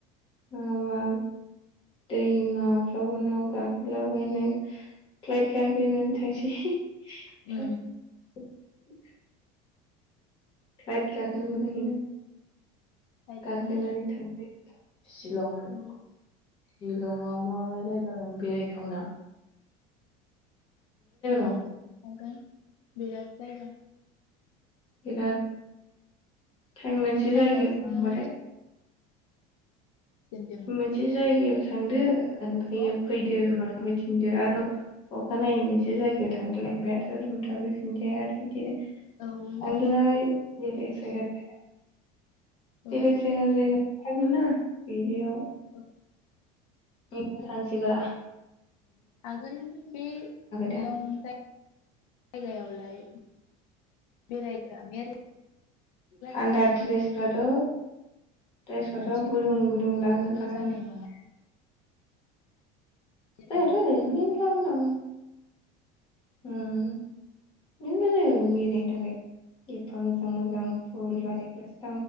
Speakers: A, on the left; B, on the left.
A: मा मा दैमाफ्रावनाव नाव गाखोलाबायनो फ्लाइट गाखोनानै थांसै प्लाइट
B: औ
A: प्लाइट गाखोनो मोनाखैना
B: साइदजोंबो
A: गाखोनानै थांसै सिलं
B: औ
A: सिलंआव मा मा जायगा दं बेराय बिथावना
B: दङो
A: दं
B: आागोन बिराद जायगा
A: बेराद टाइम
B: थांनानै
A: मोनसे जायगायाव
B: नायबासो
A: थांबाथाय
B: मोनथिसिगोन जों
A: मोनसे जायगायाव थांदो ओमफ्रायायो
B: बेखौ।
A: फैदो र थाबै थिनदो आरो अखानायै मोनसे जायगायाव थांदलायबाय आरो रुमथाफैफिनदो आरो बिदिनो थालाय
B: औ औ
A: बेलेग जायगा <inaudible>
B: औ
A: बेलेग जायगा जायगा थागोनना बिदियाव
B: औ
A: इ थांनिसैब्रा
B: थागोन बेलं
A: दा
B: जा जायगायावलाय बेरायग्रा मेरला
A: थान्दा
B: थागोन
A: द्रेसफ्राथ
B: ना
A: द्रेसफ्राथ
B: मोनसेल'
A: गुदुं गुदुं लाजोबखानांगोन
B: जानाय नङा बेरायनो
A: दाथ दै नं नं ओ मेनला जायगा दं बेरायनो थाखाय एफा मोजां मोजां <unintelligible>